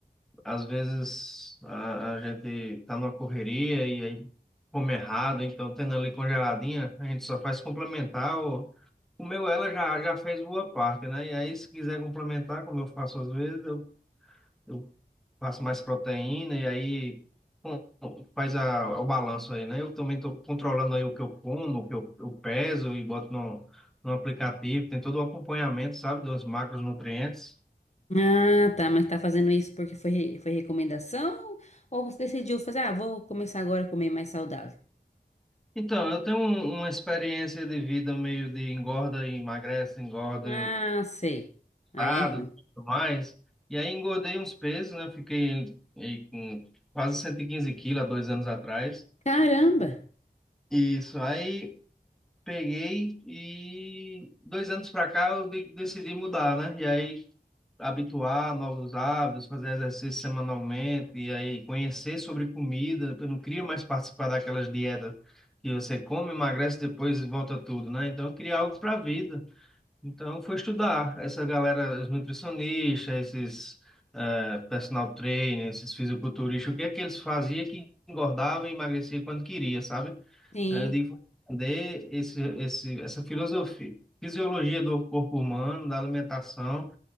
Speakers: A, in the centre; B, on the left.
A: Às vezes a, a gente tá numa correria e aí come errado, então tendo ali congeladinha, a gente só faz complementar. Ou, comeu ela já, já fez boa parte, né? E aí, se quiser complementar, como eu faço às vezes, eu, eu faço mais proteína e aí com- faz a, o balanço aí, né? Eu também estou controlando aí o que eu como, o que eu, eu peso e boto no, no aplicativo, tem todo o acompanhamento, sabe, dos macronutrientes.
B: Ah, tá. Mas tá fazendo isso porque foi, re- foi recomendação? Ou você decidiu fazer, ah, vou começar agora a comer mais saudável?
A: Então, eu tenho um- uma experiência de vida meio de engorda e emagrece, engorda,
B: Ah, sei.
A: estado,
B: Aí é ruim.
A: tudo mais. E aí engordei uns pesos, né? Fiquei aí com quase 115 quilos há dois anos atrás.
B: Caramba!
A: Isso, aí peguei e dois anos pra cá eu de- decidi mudar, né? E aí habituar a novos hábitos, fazer exercício semanalmente e aí conhecer sobre comida. Eu não queria mais participar daquelas dietas que você come, emagrece, depois volta tudo, né? Então eu queria algo para a vida. Então eu fui estudar essa galera, os nutricionistas, esses eh, personal trainers, esses fisiculturistas, o que é que eles faziam que engordava e emagrecia quando queria, sabe?
B: Sim,
A: Aí Eu digo, vou entender esse, esse, essa filosofia, fisiologia do corpo humano, da alimentação